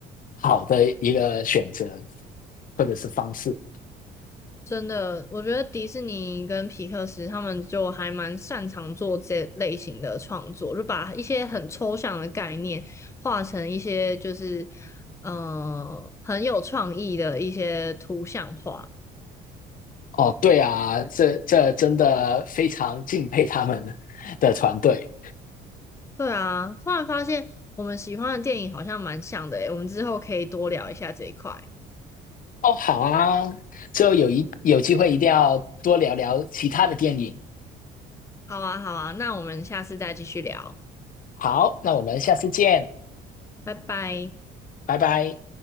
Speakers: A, on the left; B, on the left.
A: 好的一个选择或者是方式。
B: 真的，我觉得迪士尼跟皮克斯他们就还蛮擅长做这类型的创作，就把一些很抽象的概念画成一些就是呃很有创意的一些图像化。
A: 哦，对啊，这这真的非常敬佩他们的团队。
B: 对啊，突然发现我们喜欢的电影好像蛮像的诶，我们之后可以多聊一下这一块。
A: 哦，好啊，之后有一有机会一定要多聊聊其他的电影。
B: 好啊，好啊，那我们下次再继续聊，
A: 好，那我们下次见，
B: 拜拜。
A: 拜拜。